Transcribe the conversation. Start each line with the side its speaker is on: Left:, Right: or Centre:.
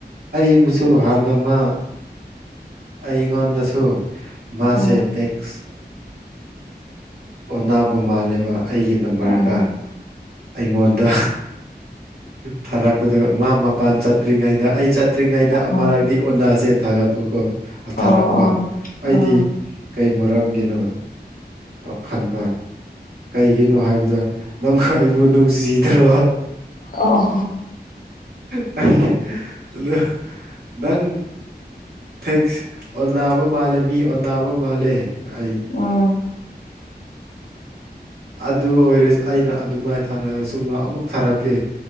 Right: ꯑꯩꯕꯨꯁꯨ ꯍꯥꯟꯅ ꯑꯃ ꯑꯩꯉꯣꯟꯗꯁꯨ ꯃꯥꯁꯦ
Left: ꯎꯝ
Right: ꯇꯦꯛꯁ ꯑꯣꯅꯥꯕ ꯃꯥꯜꯂꯦꯕ ꯑꯩꯒꯤ ꯅꯝꯕꯔꯒ
Left: ꯎꯝ
Right: ꯑꯩꯉꯣꯟꯗ ꯊꯥꯔꯛꯄꯗ ꯃꯥ ꯃꯄꯥꯟ ꯆꯠꯇ꯭ꯔꯤꯉꯩꯗ ꯑꯩ ꯆꯠꯇ꯭ꯔꯤꯉꯩꯗ
Left: ꯎꯝ
Right: ꯗꯤ ꯑꯣꯅꯥꯁꯦ ꯊꯥꯒꯠꯄꯀꯣ ꯊꯥꯔꯛꯄ
Left: ꯑꯣ ꯑꯣ
Right: ꯑꯩꯗꯤ
Left: ꯑꯣ ꯎꯝ
Right: ꯀꯩ ꯃꯔꯝꯒꯤꯅꯣ ꯑꯣ ꯈꯟꯅ ꯀꯩꯒꯤꯅꯣ ꯍꯥꯏꯕꯗ ꯅꯪ ꯑꯩꯕꯨ ꯅꯨꯡꯁꯤꯗ꯭ꯔꯣ
Left: ꯑꯣ
Right: ꯇ ꯑ ꯅꯪ ꯊꯦꯛꯁ ꯑꯣ ꯕ ꯃꯥꯜꯂꯦ ꯃꯤ ꯑꯣꯕ ꯃꯥꯜꯂꯦ ꯑꯩ
Left: ꯑꯣ ꯎꯝ
Right: ꯑꯗꯨ ꯑꯣꯏꯔ ꯑꯩꯅ ꯑꯗꯨꯃꯥꯏꯅ ꯊꯥꯔꯛꯑꯁꯨ ꯃꯥ ꯑꯃꯨꯛ ꯊꯥꯔꯛꯀꯦ